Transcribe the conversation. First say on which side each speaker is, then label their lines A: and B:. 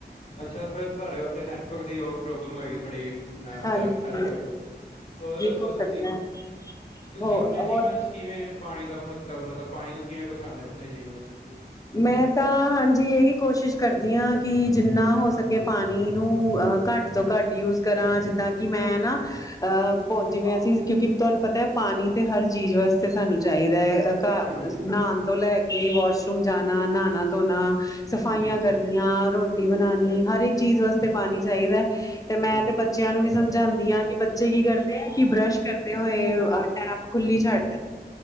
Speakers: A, on the left (about 40°); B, on the left (about 20°).
A: ਅੱਛਾ ਫੇਰ ਤੁਹਾਡੇ ਉਥੇ ਨੈਟਵਰਕ ਦੀ ਉਹ ਪ੍ਰੋਬਲਮ ਹੋਏਗੀ। ਥੋੜੀ - ਨਾਲ
B: ਹਾਂਜੀ-ਹਾਂਜੀ
A: ਸੈਟੇਲਾਈਟ, ਤੇ ਹੋਰ ਦੱਸੋ
B: ਹੋ
A: ਤੁਸੀ,
B: ਸਕਦਾ ਹੈ
A: ਤੁਸੀ
B: ਹੋ
A: ਆਪਣੇ ਜੀਵਨ
B: ਹੋਰ
A: ਚ- ਕਿਵੇ ਪਾਣੀ ਦਾ ਮਹੱਤਵ, ਮਤਲਬ ਪਾਣੀ ਨੂੰ ਕਿਵੇ ਬਚਾਦੇ ਹੋ, ਆਪਣੇ ਜੀਵਨ ਵਿਚ-
B: ਮੈ ਤਾਂ ਹਾਂਜੀ ਇਹੀ ਕੋਸ਼ਿਸ਼- ਕਰਦੀ ਹਾ। ਕਿ ਜਿਨਾ ਹੋ ਸਕੇ ਪਾਣੀ ਨੂੰ ਅ ਘੱਟ ਤੋਂ ਘੱਟ ਯੂਜ ਕਰਾ ਜਿਦਾ - ਕਿ ਮੈ ਨਾ- ਅਹ ਪੋ ਜਿਵੇ ਅਸੀ ਕਿਉਕਿ ਤੁਹਾਨੂੰ ਪਤਾ ਹੈ। ਪਾਣੀ ਤੇ ਹਰ ਚੀਜ ਵਾਸਤੇ ਸਾਨੂੰ ਚਾਹੀਦਾ ਹੈ। ਘ
A: ਹਾਂਜੀ,
B: ਨਹਾਉਣ ਤੋਂ ਲੈਕੇ ਵਾਸ਼ਰੂਮ ਜਾਣਾ ਨਹਾਣਾ ਧੋਣਾ- ਸਫ਼ਾਈਆਂ,
A: ਜੀ,
B: ਕਰਨੀਆਂ ਰੋਟੀ ਬਣਾਉਣੀ, ਹਰੇਕ ਚੀਜ ਵਾਸਤੇ ਪਾਣੀ ਚਾਹੀਦਾ- ਤੇ ਮੈ
A: ਹਾਂਜੀ,
B: ਤੇ ਬੱਚਿਆਂ ਨੂੰ ਵੀ ਸਮਝਾਉਦੀ ਹਾਂ। ਕਿ ਬ- ਬੱਚੇ ਕੀ ਕਰਦੇ ਆ। ਕਿ ਬਰਸ਼ ਕਰਦੇ ਹੋਏ ਅਹ ਟੈਪ ਖੁੱਲੀ
A: ਹਾਂਜੀ।
B: ਛੱਡ ਦਿਦੇ-